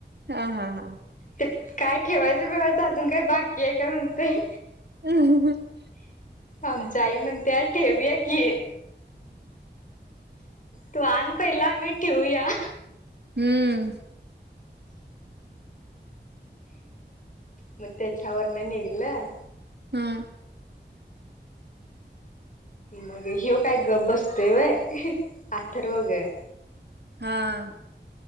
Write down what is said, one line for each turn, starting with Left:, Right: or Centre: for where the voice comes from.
Right: हां हां हां.
Left: त्यात काय ठेवायचं बिवायचं अजून काय बाकी आहे काय म्हणतंय.
Right: <unintelligible>
Left: आमची आई म्हणत्या ठेवूया की. तू आन पहिला मग ठेऊया.
Right: हम्म.
Left: मग त्याच्यावरणं निघलं.
Right: हम्म.
Left: मग ह्यो काय गप्प बसतोय होय अथर्व गं.
Right: हां.